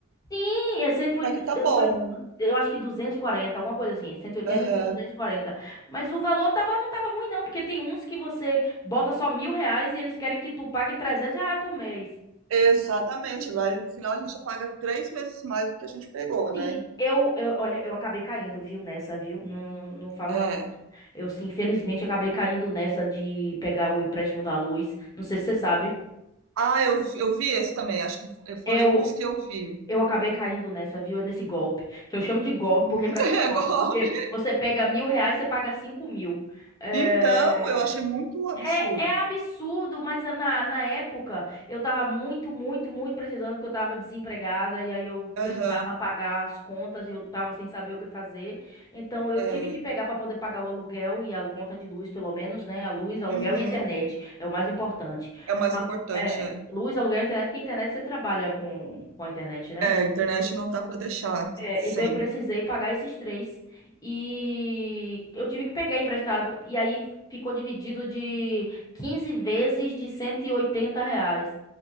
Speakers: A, on the left (about 20°); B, on the right (about 80°).
A: Sim, esse foi,
B: até que tá bom.
A: foi, eu acho que 240 alguma coisa assim, cento e e oitenta
B: Aham.
A: e duzentos e quarenta Mas o valor tava, não tava ruim não, porque tem uns que você bota só mil reais e eles querem que tu pague 300 reais por mês.
B: Exatamente. Vai, no final a gente já paga três vezes mais do que a gente pegou, né?
A: Sim, eu, eu, olha, eu acabei caindo, viu, nessa, viu? Não, não, não falo
B: É.
A: nada. Eu, sim, infelizmente, acabei caindo nessa de pegar o empréstimo da luz. Não sei se você sabe.
B: Ah, eu, vi- eu vi esse também. Acho que fo-
A: Eu,
B: foi um dos que eu vi.
A: eu acabei caindo nessa, viu? Nesse golpe. Que eu chamo de golpe,
B: Uhum.
A: porque pra
B: <laughs>
A: mim é
B: É
A: golpe.
B: golpe.
A: Porque você pega mil reais, você paga cinco mil. É,
B: Então, eu achei muito absurdo.
A: É, é absurdo, mas na, na época eu tava muito, muito, muito precisando, porque eu tava desempregada e aí eu
B: Aham.
A: precisava pagar as contas e eu tava sem saber o que fazer. Então eu
B: É.
A: tive que pegar para poder pagar o aluguel e a conta de luz, pelo menos, né? A luz, aluguel
B: Uhum.
A: e internet é o mais importante.
B: É o mais importante,
A: É,
B: é.
A: luz, aluguel e internet, porque a internet você trabalha com, com a internet, né?
B: É, a internet não dá pra deixar
A: É,
B: sem.
A: então eu precisei pagar esses três e eu tive que pegar emprestado e aí ficou dividido de 15 vezes de 180 reais.